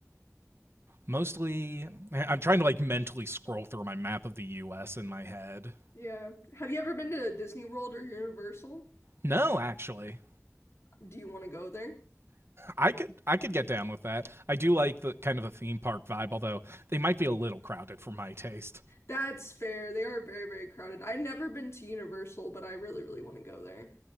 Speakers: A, on the right; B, on the left.
A: Mostly, I'm trying to like mentally scroll through my map of the U.S. in my head.
B: Yeah. Have you ever been to Disney World or Universal?
A: No, actually,
B: Do you want to go there?
A: I could I could get down with that. I do like the kind of a theme park vibe, although they might be a little crowded for my taste.
B: That's fair. They are very, very crowded. I've never been to Universal, but I really, really want to go there.